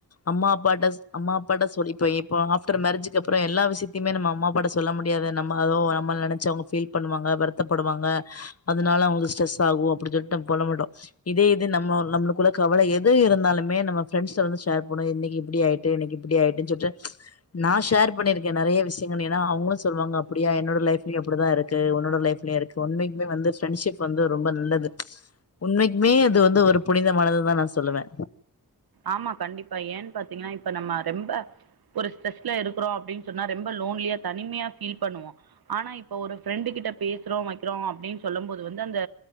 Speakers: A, on the left; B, on the right.
A: அம்மா அப்பாட்ட ஸ்-அம்மா அப்பாட்ட சொல்லி இப்ப இப்போ ஆப்டர் மேரேஜுக்கு அப்பறம் எல்லா சி இனிமே நம்ம அம்மா அப்பா கிட்ட சொல்ல முடியாது நம்ம அதோ நம்பல நனைச்சு அவுங்க பீல் பண்ணுவாங்க வருத்தப்படுவாங்க அதனால அவுங்க ஸ்ட்ரெஸ் ஆகும் அப்டின் சொல்லிட்டு நம் போட மாட்டும் இதே இது நம்ம நம்மளுக்குள்ள கவலை எது இருந்தாலுமே நம்ம ப்ரண்டஸ்ல வந்து ஷேர் பண்ணோம் இன்னிக்கு இப்டி ஆயிட்டு இன்னிக்கு இப்படி ஆயிட்டுன்னு சொல்லிட்டு நா ஷேர் பண்ணிருக்கேன் நறைய விஷயங்கள் ஏனா அவுங்களும் சொல்லுவாங்க அப்டியா என்னோட லைப்லயும் அப்டிதான் இருக்கு உன்னோட லைப் இருக்கு உண்மைக்குமே வந்து ப்ரெண்ட்ஷிப் வந்து ரொம்ப நல்லது உண்மைக்குமே அது வந்து ஒரு புனிதமானதுதான்னு நா சொல்லுவே
B: ஆமா கண்டிப்பா ஏன்னு பாத்தீங்கன்னா இப்ப நம்ம ரொம்ப ஒரு ஸ்ட்ரெஸ்ல இருக்கிறோம் அப்பன்னு சொன்னா ரொம்ப லோன்லியா தனிமையா பீல் பண்ணுவோம் ஆனா இப்ப ஒரு ப்ரெண்டு கிட்ட பேசுறோம் வைக்கிறோம் அப்டின்னு சொல்லும் போது வந்து அந்த